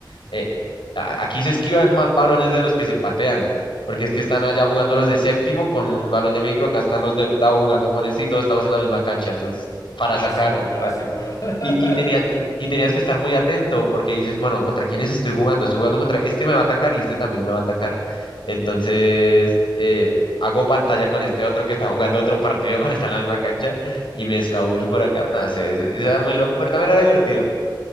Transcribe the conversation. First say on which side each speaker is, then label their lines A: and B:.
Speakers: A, on the left (about 85°); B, on the left (about 45°).
A: eh, "A- aquí se esquivan más balones de los que se patean, porque es que están allá jugando los de séptimo con un balón de micro, acá están los de octavo jugando con ese y todos estamos en la misma cancha. Entonces, para
B: Clásico,
A: sacar,
B: clásico. <laughs>
A: y, y, tenía,
B: Yo-
A: y, y tenías que estar muy atento porque dices, bueno, ¿contra quiénes estoy jugando? Estoy jugando contra este me va a atacar y este también me va a atacar. Entonces, eh, hago pantalla con este otro que está jugando otro partido <laughs> para estar en la misma cancha y me escabullo por acá. No, se, se- se era muy loco, pero también era divertido.